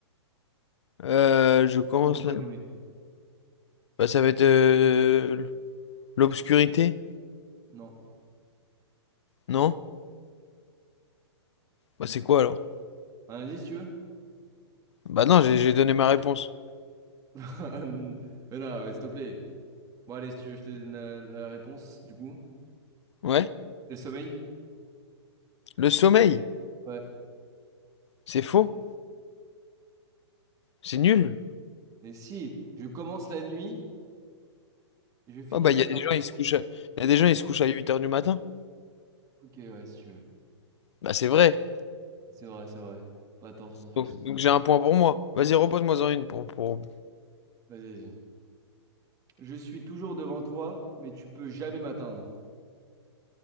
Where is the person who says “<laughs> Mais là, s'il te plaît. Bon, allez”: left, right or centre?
Right